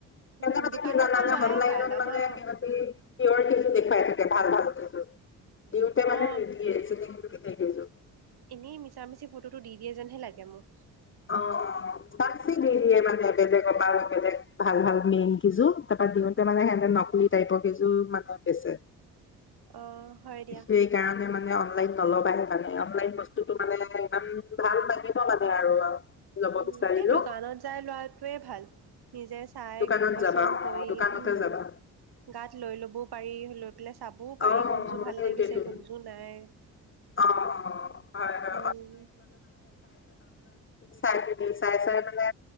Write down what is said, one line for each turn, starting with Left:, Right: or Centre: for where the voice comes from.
Right: উম
Left: সেইকাৰণে
Right: দোকানৰ
Left: কি জানানে
Right: পৰা লোৱাই
Left: মানে
Right: ভাল আমাৰ
Left: সিহঁতি পিয়ৰ কিজুৰ <unintelligible> ভাল-ভাল কিশোৰ। দিওঁতে মানে
Right: অ
Left: নিদিয়ে। চিলিং পেকেট <unintelligible>
Right: এনেই মিছা-মিছি ফটোটো দি দিয়ে যেন হে লাগে মোৰ।
Left: অ-অ তাি দেৰিয়ে <unintelligible> অ অ'। বাচি দি দিয়ে মানে, বেলেগৰপা বেলেগ ভাল-ভাল মেইন কিযোৰ, তাৰপৰা দিওঁতে মানে সিহঁতে নকলি টাইপৰ কিযোৰ মানে বেচে।
Right: অ' হয় দিয়া।
Left: সেইকাৰণে অনলাইন নলবা সেইকাৰণে। অনলাইন বস্তুটো মানে, ইমান ভাল লাগিব মানে আৰু। ল'ব
Right: উম,
Left: বিচাৰিলেও
Right: এই দোকানত যাই লোৱাটোৱে ভাল। নিজে চাই
Left: দোকানত
Right: পচন্দ
Left: যাবা অ
Right: কৰি,
Left: দোকানতে
Right: উম,
Left: যাবা
Right: গাত লৈ ল'বও পাৰি, লৈ পেলাই চাবও পাৰি
Left: অ
Right: কোনযোৰ ভাল
Left: সেইটোৱেতো
Right: লাগিছে, কোনযোৰ নাই।
Left: অ', অ', হয়, হয়,
Right: উম।
Left: চাইপিনি, চাই-চাই মানে,